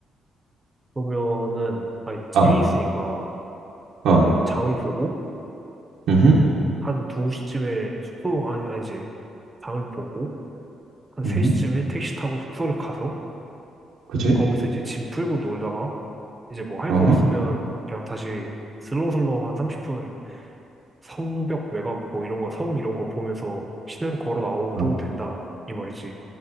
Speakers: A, on the right (about 20°); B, on the right (about 80°).
A: 그러면은, 아니, 짐이
B: 아,
A: 있으니까,
B: 아.
A: 장을 보고,
B: 음흠.
A: 한 2시쯤에 숙소, 아니, 아니지, 장을 보고, 한 3시쯤에
B: 음흠.
A: 택시 타고 숙소를 가서,
B: 그지?
A: 거기서 이제 짐 풀고 놀다가, 이제 뭐 할
B: 어허.
A: 거 없으면, 그냥 다시 슬렁슬렁 한 30분 성벽 외곽 뭐 이런 거, 성 이런 거 보면서 시내로 걸어 나와도
B: 아,
A: 된다. 이 말이지.